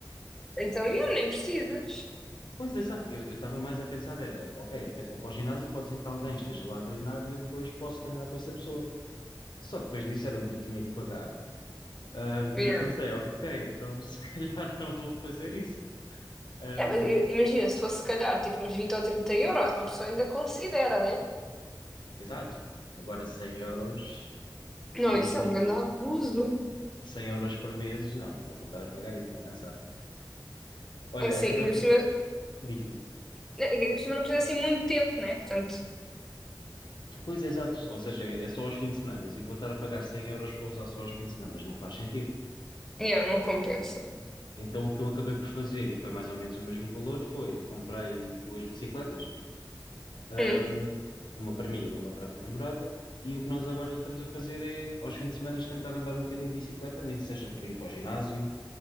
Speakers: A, in the centre; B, on the left.
A: Então, yeah, nem precisas.
B: Pois, exato. Eu estava mais a pensar era, ok, até vou para o ginásio, pode ser que alguém esteja lá a treinar e eu depois posso treinar com essa pessoa. Só que depois disseram-me que eu tinha que pagar. ahm,
A: Yeah.
B: e eu pensei, ok, então se <laughs> calhar não vou fazer isso. Ahm,
A: Yeah, mas i- imagina, se fosse se calhar tipo uns 20 ou 30 euros, uma pessoa ainda considera, né?
B: exato. Agora 100 euros
A: Não,
B: por,
A: isso
B: eh,
A: é um grande abuso.
B: 100 euros por mês, não, eu não vou estar a pagar isso, nem pensar. Olha,
A: É Assim,
B: acabei...
A: ainda por cima,
B: Diz, diz.
A: né, ainda por cima não precisa assim muito tempo, né? Portanto,
B: Pois, exato. Ou seja, é só aos fins de semana e vou estar a pagar 100 euros para usar só aos fins de semana. Não faz sentido.
A: yeah, não compensa.
B: Então, o que eu acabei por fazer, e foi mais ou menos o mesmo valor, foi comprei duas bicicletas, hum,
A: Hum?
B: uma para mim e uma para a minha namorada, e o que nós agora estamos a fazer é, aos fins de semana, tentar andar um bocadinho de bicicleta, nem que seja para ir para o ginásio